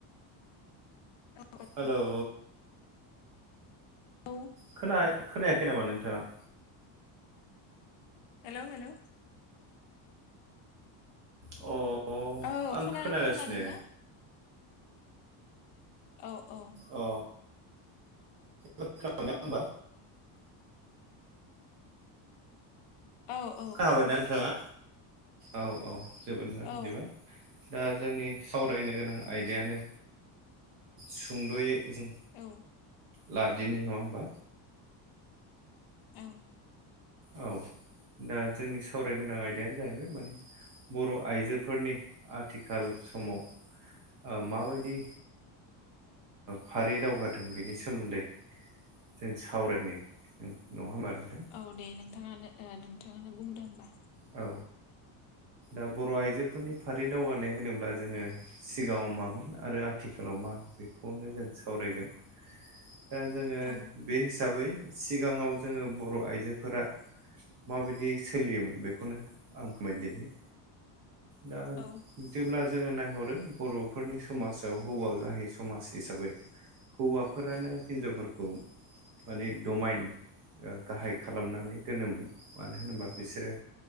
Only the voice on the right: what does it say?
हेलौ
खोना खोनायाखै नामा नोंथाङा?
अ
आं
खोनागासिनो
अ खोनाबाय ना होनबा?
खाहाबायना
नोंथाङा औ औ जोबोद मोजां बिदिबा
दा जोंनि सावरायनो गोनां आयदायानो
सुंद'यै जों
लादिनाय नङा होमबा?
औ दा जोंनि सावरायगोनां आयदायानो जाहैबाय माने बर' आइजोफोरनि आथिखाल समाव माबायदि फारि दावगादों बेनि सोमोन्दै जों सावरायनाय जों नङा होमबा नोंथां
औ ओ बर' आइजोफोरनि फारि दावगानाय होनोब्ला जोङो सिगाङाव मामोन आरो आथिखालाव मा बेखौनो जों सावरायगोन। दा जोङो
बे हिसाबै सिगाङाव जोङो बर' आइजोफोरा माबायदि सोलियोमोन बेखौनो आं फोरमायदिनि दा
जेब्ला जोङो नायहरो बर' बेफोरनि समाजाव हौवा गाहै समाज हिसाबै। हौवाफोरानो हिनजावफोरखौ माने दमाइन गाहाय खालामनानै दोनोमोन मानो होनोबा बिसोरो।